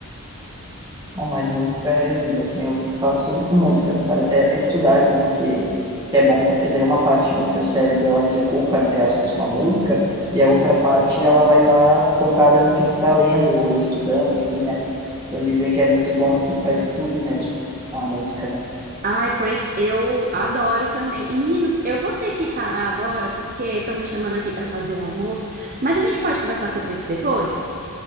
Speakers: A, on the right; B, on the right.
A: Bom, mas música é vida, assim, eu faço tudo com música, sabe? Até estudar dizem que, que é bom porque daí uma parte do teu cérebro ela se ocupa, entre aspas, com a música e a outra parte ela vai estar focada no que tu tá lendo ou estudando, enfim, né? Então dizem que é muito bom, assim, para estudo mesmo, a música, né?
B: Ai, pois eu adoro também. E menino, eu vou ter que parar agora porque estão me chamando aqui para fazer o almoço, mas a gente pode conversar sobre isso depois?